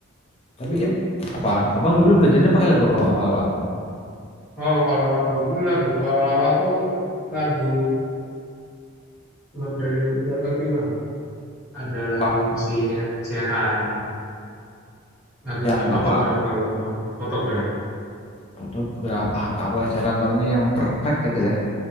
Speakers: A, on the left (about 25°); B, in the centre.
A: tapi ya, apa abang dulu belajarnya
B: Ha-
A: pakai lagu apa bang awal-awal
B: Oh, kalau dulu lagu awal-awal tuh lagu lu- dari luar negeri, Bang. Ada lagunya
A: apa
B: si Ed Sheeran, lagunya
A: yang
B: Photograph
A: apa
B: kalau Bang, Photograph.
A: fotograf ah tahu ajaran tahunya yang perfect gitu lah